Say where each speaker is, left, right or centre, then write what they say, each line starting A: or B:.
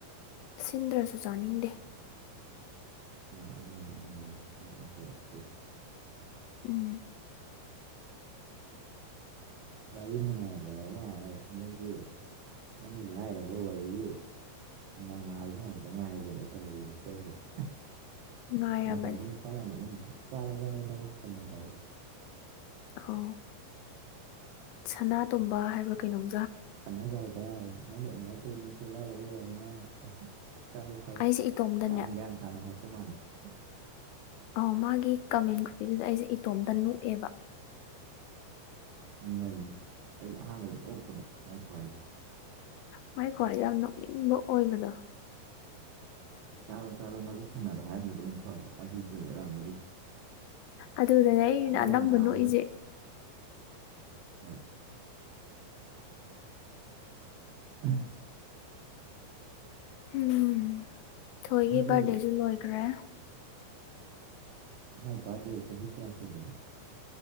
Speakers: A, on the left (about 80°); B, on the right (about 90°).
A: ꯁꯤꯟꯗ꯭ꯔꯁꯨ ꯆꯥꯅꯤꯡꯗꯦ
B: ꯑꯣ ꯑꯅ ꯑꯗꯨꯗꯅ ꯄꯣꯗꯛꯇꯗ <inaudible>
A: ꯎꯝ <inaudible>
B: ꯋꯥꯔꯤ ꯅꯨꯡꯉꯥꯏꯕ ꯑꯃ ꯅꯣꯏꯒꯤ ꯅꯪꯒꯤ ꯂꯥꯏꯔꯕ ꯋꯔꯜ ꯃꯉꯥꯜꯗꯣ ꯉꯥꯛꯇ ꯉꯥꯏꯔꯦꯅ ꯇꯧꯔꯤꯁꯦ ꯐꯦꯁꯕꯨꯛꯇ
A: ꯉꯥꯏꯔꯕꯅꯦ
B: ꯉꯁꯥꯏ ꯀ ꯄꯔꯅꯣ ꯅꯣ ꯆꯔ ꯆꯅ ꯎꯆꯅ ꯀꯥꯏꯗ <inaudible>
A: ꯑꯣ ꯁꯅꯥꯇꯣꯝꯕ ꯍꯥꯏꯕ꯭ꯔꯥ ꯀꯩꯅꯣꯝ
B: ꯁꯅꯖꯥꯎꯕ ꯍꯥꯏ ꯃꯗꯤ ꯑꯗꯨꯃꯥꯏꯅ ꯇꯧꯅꯨꯀꯣ ꯂꯥꯏꯔꯕ ꯆꯂ ꯆꯠ
A: ꯑꯩꯁꯦ ꯏꯇꯣꯝꯗꯅꯦ
B: ꯌꯥꯝ ꯭ꯌꯥꯟ ꯇꯥꯅ ꯍꯥꯏꯦꯄꯃꯗ <inaudible>
A: ꯑ ꯃꯥꯒꯤ ꯀꯃꯦꯟ ꯈꯨꯕꯤꯗꯨꯗ ꯑꯩꯁꯦ ꯏꯇꯣꯝꯗ ꯅꯣꯛꯑꯦꯕ
B: ꯅ ꯑꯩꯁꯨ ꯑꯍꯥꯟꯕꯗ ꯑꯣꯛꯄꯗ ꯃꯥꯏ ꯈ꯭ꯋꯥꯏꯗ
A: ꯃꯥꯏ ꯈ꯭ꯋꯥꯏ ꯌꯥꯝ ꯅꯣꯛꯅꯤꯡꯕ ꯑꯣꯏꯕꯗꯣ
B: ꯆꯥꯔꯣ ꯆꯥꯔꯣ ꯅꯕꯨꯛ ꯊꯟꯅꯔꯣ ꯍꯥꯏꯔꯝꯗꯨꯗꯤ ꯑꯃꯨꯛ ꯐꯕ ꯑꯗꯨꯗꯨꯗꯔꯥꯝꯗꯣꯛꯏꯁꯦ
A: ꯑꯗꯨꯗꯅꯦ ꯑꯩꯅ
B: ꯌꯥꯝ ꯒ꯭ꯌꯥꯟ
A: ꯑꯅꯝꯕ
B: ꯇꯥꯕꯒ
A: ꯅꯣꯛꯏꯁꯦ
B: ꯍꯣꯏ ꯎꯝ
A: ꯎꯝ ꯊꯣꯏꯒꯤ
B: ꯅꯪꯒꯤ
A: ꯕꯥꯔꯗꯦꯁꯨ ꯂꯣꯏꯈ꯭ꯔꯦ
B: ꯃꯥꯏ ꯄꯗꯦ ꯁ ꯆꯍꯤ ꯀꯌꯥꯁꯨꯕꯅ